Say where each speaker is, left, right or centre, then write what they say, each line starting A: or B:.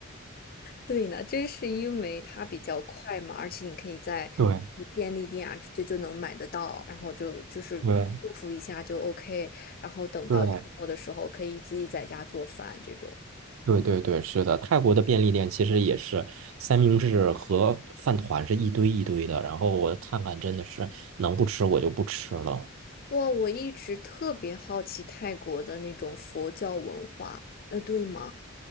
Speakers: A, on the left (about 45°); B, on the right (about 75°).
A: 对呢，这是因为它比较快嘛，而且你可以在
B: 对
A: 便利店啊就就能买得到，然后就就是祝福一下就
B: 对
A: OK，然后等到周末的时候可以自己在家做饭这种。
B: 对对对对，是的，泰国的便利店其实也是三明治和饭团是一堆一堆的，然后我看看真的是能不吃我就不吃了。
A: 哇，我一直特别好奇泰国的那种佛教文化，呃，对吗？